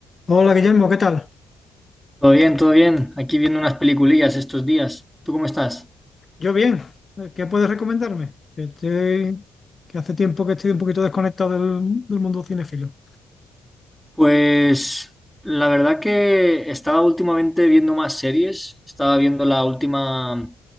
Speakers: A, on the left (about 30°); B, in the centre.
A: Hola Guillermo, ¿qué tal?
B: Todo bien, todo bien. Aquí viendo unas peliculillas estos días. ¿Tú cómo estás?
A: Yo bien. ¿Qué puedes recomendarme? Que estoy, que hace tiempo que estoy un poquito desconectado del, del mundo cinefilo.
B: Pues la verdad que estaba últimamente viendo más series. Estaba viendo la última,